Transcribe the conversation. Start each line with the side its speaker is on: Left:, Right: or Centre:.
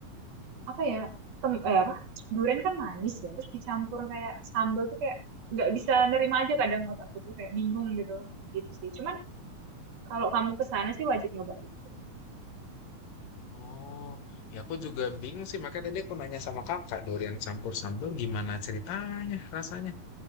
Right: apa ya tem eh, apa durian kan manis ya terus dicampur kayak sambal tuh kayak nggak bisa nerima aja kadang otakku tuh kayak bingung gitu gitu sih. Cuman kalau kamu ke sana sih wajib nyoba itu.
Left: Oh, ya aku juga bingung sih. Makanya tadi aku nanya sama kakak, durian campur sambal gimana ceritanya, rasanya.